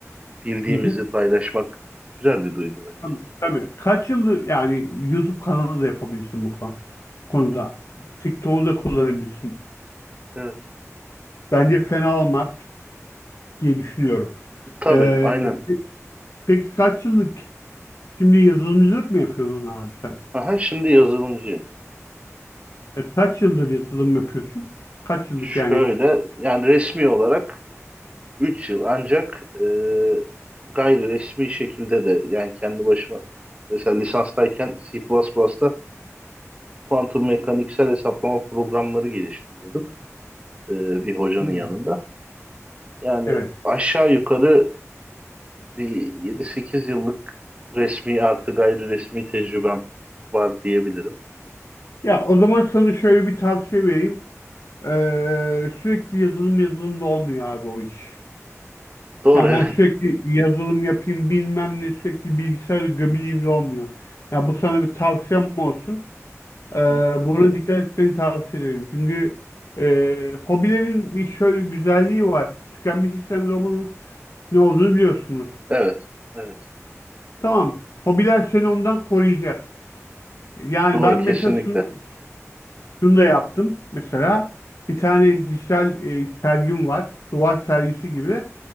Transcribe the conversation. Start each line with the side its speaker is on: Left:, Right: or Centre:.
Right: bildiğimizi
Left: Hı hı.
Right: paylaşmak güzel bir duygu bence.
Left: Tabii, tabii. Kaç yıldır yani YouTube kanalı da yapabilirsin bu kon- konuda.
Right: Hı hı.
Left: TikTok'u da kullanabilirsin.
Right: Evet.
Left: Bence fena olmaz diye düşünüyorum.
Right: Tabii,
Left: Ee,
Right: aynen.
Left: pe- peki kaç yıllık Şimdi yazılımcılık mı yapıyorsun abi sen?
Right: Aha şimdi yazılımcıyım.
Left: E, kaç yıldır yazılım yapıyorsun? Kaç yıllık
Right: Şöyle
Left: yani?
Right: yani resmi olarak üç yıl ancak e, gayri resmi şekilde de yani kendi başıma mesela lisanstayken C++'da kuantum mekaniksel hesaplama programları geliştiriyorduk e, bir hocanın
Left: Hmm,
Right: yanında. Yani
Left: Evet.
Right: aşağı yukarı bir yedi sekiz yıllık resmi artı gayri resmi tecrübem var diyebilirim.
Left: Ya o zaman sana şöyle bir tavsiye vereyim. Ee, sürekli yazılım yazılımda olmuyor abi o iş.
Right: Doğru
Left: Ya
Right: evet.
Left: ben sürekli yazılım yapayım bilmem ne sürekli bilgisayar gömüleyim de olmuyor. Ya bu sana bir tavsiyem olsun.
Right: Hı
Left: Ee,
Right: hı.
Left: buna dikkat etmeni tavsiye ederim. Çünkü e, hobilerin bir şöyle güzelliği var. Tükenmişlik sendromunun ne olduğunu biliyorsunuz.
Right: Evet. Evet.
Left: Tamam. Hobiler seni ondan koruyacak. Yani
Right: Doğru
Left: ben
Right: kesinlikle.
Left: mesela şunu, şunu da yaptım. Mesela bir tane dijital e, sergim var. Duvar sergisi gibi.